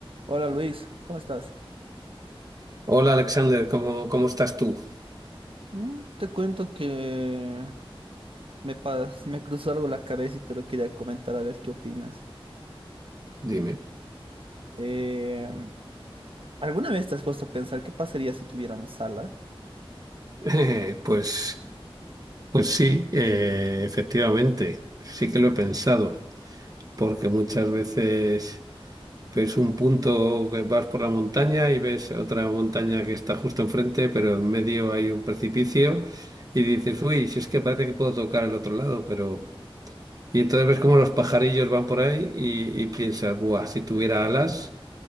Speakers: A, on the right; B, on the right.
A: Hola Luis, ¿cómo estás?
B: Hola Alexander, ¿cómo, cómo estás tú?
A: Mm, te cuento que me, pas- me cruzó algo la cabeza y te lo quería comentar a ver qué opinas.
B: Dime. <laughs>
A: Eh, ¿alguna vez te has puesto a pensar qué pasaría si tuviéramos alas?
B: Eh, pues, pues sí, eh, efectivamente, sí que lo he pensado, porque muchas veces ves un punto que vas por la montaña y ves otra montaña que está justo enfrente, pero en medio hay un precipicio y dices, uy, si es que parece que puedo tocar el otro lado, pero... Y entonces ves cómo los pajarillos van por ahí y, y piensas, buah, si tuviera alas,